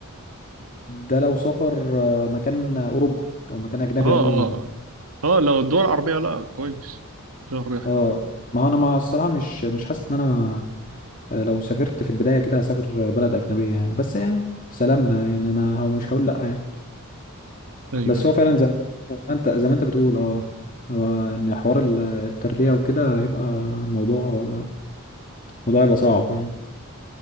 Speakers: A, on the left; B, on the right.
A: ده لو سافر آه، مكان اوروبي او مكان اجنبي
B: اه
A: عموما
B: اه
A: يعني.
B: اه لو الدول العربية لا كويس الدول العربية
A: اه
B: حلو
A: ما هو انا ما الصراحه مش مش حاسس ان انا آه، لو سافرت في البدايه كده هسافر بلد اجنبيه يعني بس يعني سلام ده يعني انا مش هقول لا يعني
B: أيوه
A: بس
B: أيوه
A: هو فعلا زي ما انت زي ما انت بتقول اه هو ان حوار ال- التربية وكده هيبقى الموضوع الموضوع هيبقى صعب يعني